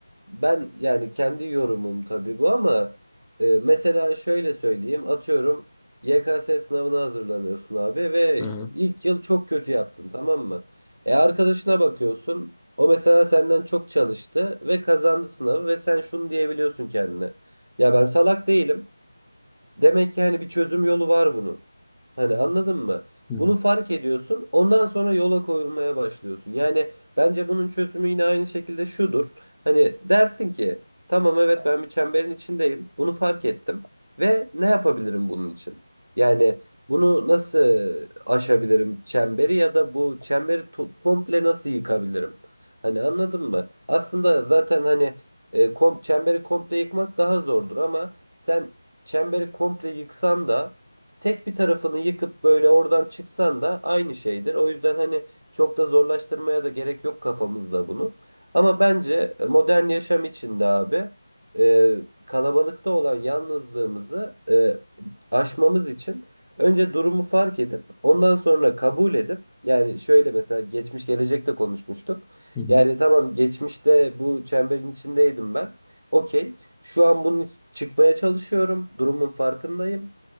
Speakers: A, on the right (about 70°); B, in the centre.
A: ben yani kendi yorumum tabii bu ama e, mesela şöyle söyleyeyim atıyorum YKS sınavına hazırlanıyorsun abi ve
B: Hı hı.
A: ilk yıl çok kötü yaptın tamam mı? E arkadaşına bakıyorsun o mesela senden çok çalıştı ve kazandı sınavı ve sen şunu diyebiliyorsun kendine. Ya ben salak değilim. Demek ki hani bir çözüm yolu var bunun. Hani anladın mı?
B: Hı hı.
A: Bunu fark ediyorsun. Ondan sonra yola koyulmaya başlıyorsun. Yani bence bunun çözümü yine aynı şekilde şudur. Hani dersin ki tamam evet ben bir çemberin içindeyim. Bunu fark ettim. Ve ne yapabilirim bunun için? Yani bunu nasıl aşabilirim çemberi ya da bu çemberi to- komple nasıl yıkabilirim? Hani anladın mı? Aslında zaten hani e, kom çemberi komple yıkmak daha zordur ama sen çemberi komple yıksan da tek bir tarafını yıkıp böyle oradan çıksan da aynı şeydir. O yüzden hani çok da zorlaştırmaya da gerek yok kafamızda bunu. Ama bence e, modern yaşam içinde abi e, kalabalıkta olan yalnızlığımızı e, aşmamız için önce durumu fark edip ondan sonra kabul edip yani şöyle mesela geçmiş gelecekte konuşmuştuk.
B: Hı hı.
A: Yani tamam geçmişte bu çemberin içindeydim ben. Okey. Şu an bunu çıkmaya çalışıyorum. Durumun farkındayım.